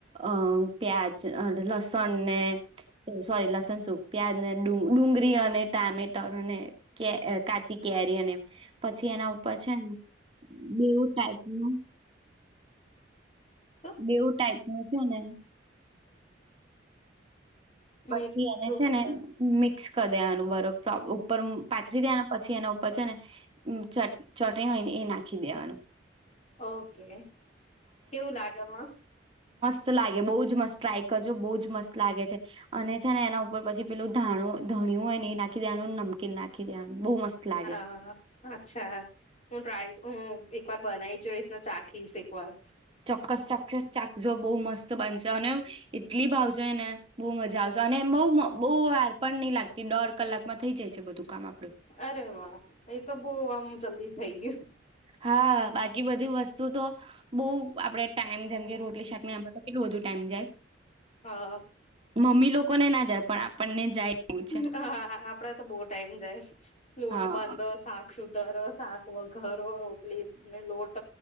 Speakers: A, on the right; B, on the left.
A: અ પ્યાજ અહ લસણને સોરી લસનસૂપ પ્યાજ ને ડુંગ ડુંગરી અને ટામેટર અને કે અ કાચી કેરી અને પછી એના ઉપર છે ને બેવું ટાઈપનું
B: શું
A: બેવું ટાાઈપનું છે ને પછી
B: મીઠું
A: એને છે ને મિક્સ કર દેવાનું બરફ તો આપડું ઉપર ઉમ પાથરી દેવાના. પછી, એના ઉપર છે ને ઉન ચટ ચટણી હોય ને એ નાખી દેવાનું.
B: ઓકે, કેવું લાગ મસ્ત
A: ત લાગે બઉ જ મસ્ત ટ્રાઈ કરજો બહુ જ મસ્ત લાગે છે. અને છે ને એના ઉપર પછી પેલું ધાણું ધાણ્યું હોય ને એ નાખી દેવાનું નમકીન નાખી દેવાનું બહુ મસ્ત લાગે
B: હા. હા. હા. અચ્છા હા, હું ટ્રાય હમ. એક વાર બનાવી જોઈશ ન ચાખીશ એક વાર.
A: ચોક્કસ ચોક્કસ ચાકજો બહુ મસ્ત બનશે. અને એટલી ભાવશે ને બહુ મજા આવશે. અને બહુ મ બહુ વાર પણ નઈ લાગતી દોઢ કલાકમાં થઇ જાય છે બધું કામ આપડું.
B: અરે વાહ! એ તો બહુ આમ જલ્દી થઈ ગ્યું.
A: હા બાકી બધી વસ્તુ તો બહુ આપડે ટાઈમ જેમ કે રોટલી શાક ને આમ બ કેટલું બધું ટાઈમ જાય.
B: હા
A: મમ્મી લોકોને ના જાય પણ આપણને જાય એવું છે
B: ઉહમ અહ હા હા આપડા તો બહુ ટાઈમ જાય. લોટ
A: હા
B: બાંધો શાક સુ દરસ શાક વધારો રોટલીને લોટ